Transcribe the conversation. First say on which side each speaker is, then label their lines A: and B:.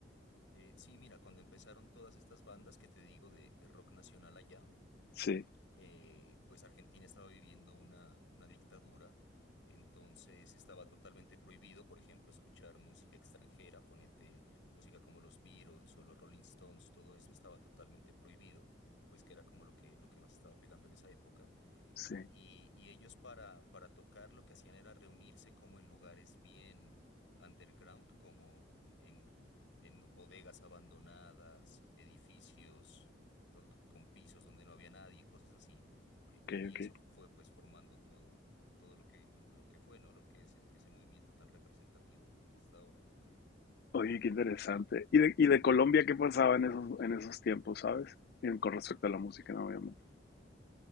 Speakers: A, on the left; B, on the left.
A: Eh, sí, mira, cuando empezaron todas estas bandas que te digo de, de rock nacional allá,
B: Sí,
A: eh, pues Argentina estaba viviendo una, una dictadura, entonces estaba totalmente prohibido, por ejemplo, escuchar música extranjera, ponete música como los Beatles o los Rolling Stones, todo eso estaba totalmente prohibido, pues que era como lo que, lo que más estaba pegando en esa época.
B: sí.
A: Y, y ellos para, para tocar lo que hacían era reunirse como en lugares bien underground, como en, en bodegas abandonadas, edificios con, con pisos donde no había nadie, cosas así. E-
B: Ok,
A: Y, y
B: ok.
A: eso fue pues formando todo, todo lo que, lo que fue, ¿no? Lo que es ese, ese movimiento tan representativo pues hasta ahora, yo creo.
B: Oye, qué interesante. ¿Y de, y de Colombia qué pasaba en esos, en esos tiempos, sabes? En con respecto a la música, ¿no? obviamente.